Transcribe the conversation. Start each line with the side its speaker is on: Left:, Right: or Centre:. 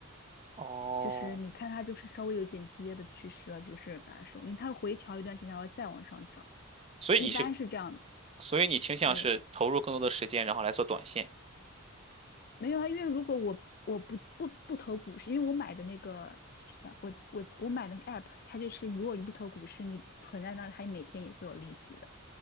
Right: 哦，
Left: 就是你看它就是稍微有点跌的趋势了，就是把它收，因为它回调一段时间，然后再往上涨，
Right: 所以你是
Left: 一般是这样的。
Right: 所以你倾向是投入更多的时间，
Left: 对，
Right: 然后来做短线
Left: 没有啊，因为如果我我不不不投股市，因为我买的那个就是啥我我我买那个 app，它就是如果你不投股市，你存在那儿，它每天也会有利息的。